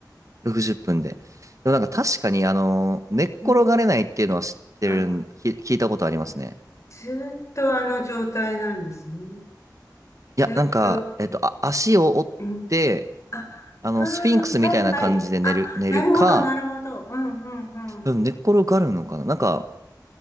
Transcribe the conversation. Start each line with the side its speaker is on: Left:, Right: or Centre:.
Right: 60分で。でもなんか確かに、あのー、寝っ転がれないっていうのは知ってるん、
Left: うん。あ
Right: き、聞いたことありますね。
Left: ずーっとあの状態なんですね。
Right: いや、
Left: ずーっと、
Right: なんか、えっと、
Left: え、
Right: あ、足を折って、
Left: うん。あ、ああはい、
Right: あの、スフィンクスみたいな感じで寝る、
Left: はい。あ、
Right: 寝るか、
Left: なるほど、なるほど。うん、うん、うん。
Right: うん寝っ転がるのかな。なんか、